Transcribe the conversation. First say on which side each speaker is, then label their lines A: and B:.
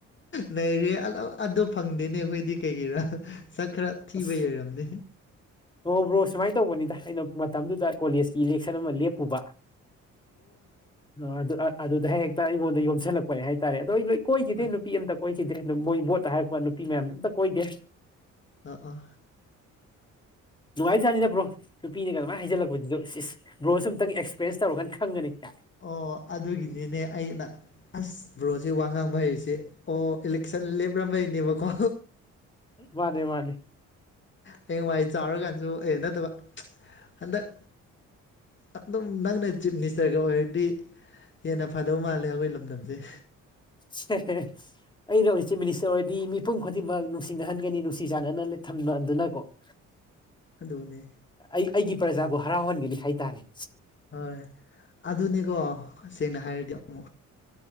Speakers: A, on the left; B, on the left.
A: ꯅꯩꯔꯦ ꯑꯗꯣ ꯑꯗꯣ ꯐꯪꯗꯦꯅꯦ ꯑꯩꯈꯣꯏꯗꯤ ꯀꯩꯒꯤꯔꯥ ꯁꯛ ꯈꯔ ꯊꯤꯕꯩ
B: ꯑꯁ
A: ꯑꯣꯏꯔꯝꯅꯤ
B: ꯑꯣ ꯕ꯭ꯔꯣ ꯁꯨꯃꯥꯏ ꯇꯧꯕꯅꯤꯗ ꯑꯩꯅ ꯃꯇꯝꯗꯨꯗ ꯀꯣꯂꯦꯖꯀꯤ ꯏꯂꯦꯛꯁꯟ ꯑꯃ ꯂꯦꯞꯄꯨꯕ ꯑꯣ ꯑꯗꯨ ꯑꯗꯨꯗ ꯍꯦꯛꯇ ꯑꯩꯉꯣꯟꯗ ꯌꯣꯝꯁꯤꯜꯂꯛꯄꯅꯦ ꯍꯥꯏꯇꯥꯔꯦ ꯑꯗꯣ ꯂꯣꯏ ꯀꯣꯏꯈꯤꯗꯦ
A: ꯑꯥ
B: ꯅꯨꯄꯤ ꯑꯝꯇ ꯀꯣꯏꯈꯤꯗꯦ ꯑꯗꯣ ꯃꯣꯏ ꯚꯣꯠꯇ ꯍꯥꯏꯔꯛꯄ ꯅꯨꯄꯤ ꯃꯌꯥꯝ ꯑꯝꯇ ꯀꯣꯏꯗꯦ
A: ꯗꯥ ꯑꯥ
B: ꯅꯨꯡꯉꯥꯏꯖꯥꯠꯅꯤꯗꯕ꯭ꯔꯣ ꯅꯨꯄꯤꯅ ꯑꯗꯨꯃꯥꯏꯅ ꯍꯥꯏꯖꯤꯜꯂꯛꯄꯁꯤꯁꯨ ꯏꯁ ꯏꯁ ꯕ꯭ꯔꯣꯁꯨ ꯑꯃꯨꯛꯇꯪ ꯑꯦꯛꯁꯄꯤꯔꯦꯟꯁ ꯇꯧꯔꯀꯥꯟ ꯈꯪꯒꯅꯤ <unintelligible>
A: ꯑꯣ ꯑꯗꯨꯒꯤꯗꯤꯅꯦ ꯑꯩꯅ ꯑꯁ ꯕ꯭ꯔꯣꯁꯦ ꯋꯥ ꯉꯥꯡꯕ ꯍꯩꯁꯦ ꯑꯣ ꯏꯂꯦꯛꯁꯟ ꯂꯦꯞꯔꯝꯕꯩꯅꯦꯕꯀꯣ
B: ꯃꯥꯅꯦ ꯃꯥꯅꯦ
A: ꯍꯌꯦꯡꯋꯥꯏ ꯆꯥꯎꯔꯀꯥꯟꯁꯨ ꯑꯩ ꯅꯠꯇꯕ ꯍꯟꯗꯛ ꯑꯗꯨꯝ ꯅꯪꯅ ꯆꯤꯞ ꯃꯤꯅꯤꯁꯇꯔꯒ ꯑꯣꯏꯔꯗꯤ ꯍꯦꯟꯅ ꯐꯗꯧ ꯃꯥꯜꯂꯦ ꯑꯩꯈꯣꯏ ꯂꯝꯗꯝꯁꯦ
B: <unintelligible> ꯑꯩꯅ ꯑꯣꯏ ꯆꯤꯞ ꯃꯤꯅꯤꯁꯇꯔ ꯑꯣꯏꯔꯗꯤ ꯃꯤꯄꯨꯝ ꯈꯨꯗꯤꯡꯃꯛ ꯅꯨꯡꯁꯤꯅꯍꯟꯒꯅꯤ ꯅꯨꯡꯁꯤ ꯆꯥꯟꯅꯅ ꯊꯝꯅꯗꯨꯅ ꯀꯣ <inaudible>
A: ꯑꯗꯨꯅꯦ
B: ꯑꯩ ꯑꯩꯒꯤ ꯄ꯭ꯔꯖꯥꯕꯨ ꯍꯔꯥꯎꯍꯟꯒꯅꯤ ꯍꯥꯏꯇꯥꯔꯦ
A: ꯍꯣꯏ ꯑꯗꯨꯅꯤꯀꯣ ꯁꯦꯡꯅ ꯍꯥꯏꯔꯗꯤ ꯑꯃꯨꯛ